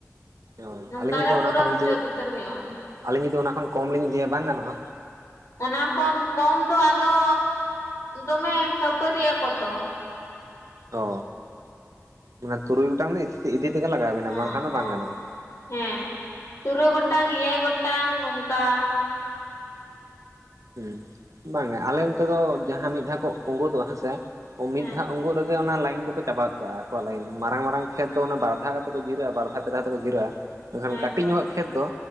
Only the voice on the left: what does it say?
ᱱᱚᱝᱠᱟ
ᱜᱮ
ᱯᱩᱨᱟᱹ
ᱢᱩᱪᱟᱹᱫ
ᱩᱛᱟᱹᱨ ᱦᱩᱭᱩᱜᱼᱟ
ᱚᱱᱟ ᱠᱷᱚᱱ ᱠᱚᱢ ᱫᱚ ᱟᱫᱚ ᱫᱚᱢᱮ ᱠᱷᱟᱹᱯᱟᱹᱨᱤᱜ ᱟᱠᱚ ᱛᱚ᱾
ᱦᱮᱸ
ᱦᱮᱸ
ᱦᱮᱸ ᱛᱩᱨᱩᱭ ᱜᱚᱴᱟᱝ ᱮᱭᱟᱭ ᱜᱚᱴᱟᱝ ᱱᱚᱝᱠᱟ᱾
ᱦᱮᱸ
ᱦᱮᱸ
ᱛᱚ